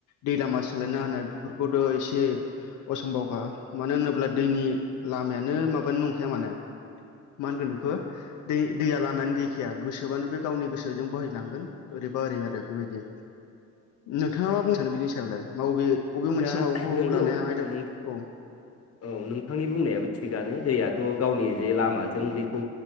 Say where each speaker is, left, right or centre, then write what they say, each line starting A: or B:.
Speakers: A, on the left; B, on the left.
A: दै लामा सोलायना होनाय बेफोरखौथ एसे असमबावखा मानो होनोब्ला दैनि लामायानो माबानो नंखाया माने मा होनगोन बेखौ दै दैया लामायानो गैखाया गोसोबानो बे गावनि गोसोजों बोहायलांगोन ओरैबा ओरै आरो बेबायदि नोंथाङा मा बुंनो सानो बिनि सायावलाय? मा बबे बबे मोनसे
B: दा
A: माबाखौ
B: नोंगौ
A: लानाया आयदा
B: नोंथ
A: औ
B: औ नोंथांनि बुंनायाबो थिगानो दैयाथ गावनि जे लामाजों बेखौ